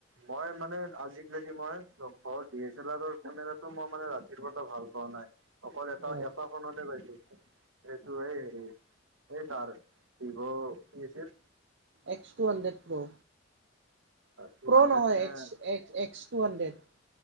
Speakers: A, on the right; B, on the right.
A: মই মানে আজি <unintelligible> লগ পাওঁ মই লগ পোৱাৰ ডি এছ এল আৰৰ কেমেৰাটো মই মানে ৰাতিৰ বৰ এটা ভাল পোৱা নাই। অকল এটা
B: অ
A: এটা। ফোনতে পাইছি, এইটো এই হেৰি তাৰ ভিভ কি আছিল?
B: X two hundred pro.
A: Two
B: pro
A: hundred
B: নহয়
A: নে
B: এক্স এক্সএক্স টু হাণ্ড্ৰেড।